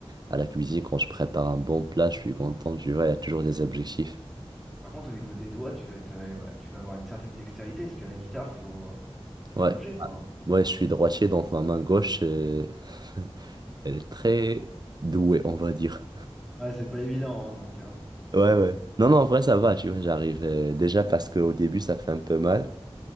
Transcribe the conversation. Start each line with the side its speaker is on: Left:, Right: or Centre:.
Right: À la cuisine, quand je prépare un bon plat, je suis content, tu vois, il y a toujours des objectifs.
Centre: Mm. Par contre, au niveau des doigts, tu dois être, euh, ouais, tu dois avoir une certaine dextérité, parce que la guitare, faut, faut bien
Right: Ouais,
Centre: bouger, quoi. hein.
Right: ouais, je suis droitier, donc ma main gauche, euh, <laughs> elle est très douée, on va dire.
Centre: Ouais, c'est pas évident, hein, donc. hein.
Right: Ouais, ouais. Non, non, en vrai, ça va, tu vois, j'arrive. euh, déjà parce qu'au début, ça fait un peu mal.